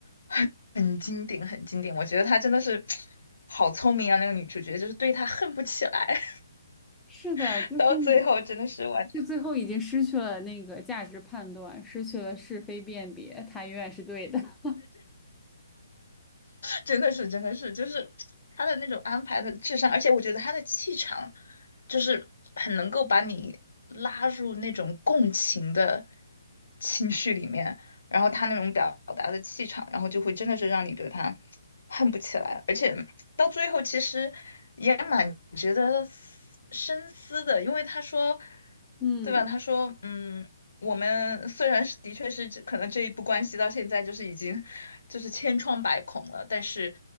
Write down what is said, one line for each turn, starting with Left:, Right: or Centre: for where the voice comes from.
Left: 很很经典，很经典。我觉得她真的是 <tsk> 好聪明啊，那个女主角就是对她恨不起来，
Centre: 是的，
Left: <laughs>
Centre: 就是你，
Left: 到最后真的是完。
Centre: 就最后已经失去了那个价值判断，失去了是非辨别，他永远是对的。<laughs>
Left: 真的是，真的是，就是他的那种安排的智商，而且我觉得他的气场，就是很能够把你拉入那种共情的情绪里面，然后他那种表达的气场，然后就会真的是让你对他恨不起来，而且到最后其实也蛮值得思深思的，因为他说，
Centre: 嗯，
Left: 对吧？他说，嗯。我们虽然是的确是这可能这一步关系到现在就是已经就是千疮百孔了，但是，